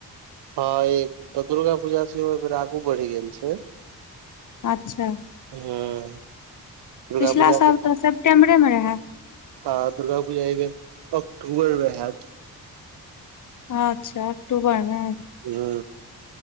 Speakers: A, on the right; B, on the left.
A: हँ एक तऽ दुर्गा पूजा से ओ बेर आगू बढ़ि गेल छै-
B: अच्छा
A: हँ दुर्गा
B: पिछला
A: पूजा
B: साल तऽ सेप्टेम्बरे मे रहे
A: आ दुर्गा पूजा एहिमे अक्टूबर मे हयत।
B: अच्छा अक्टूबर मे।
A: हू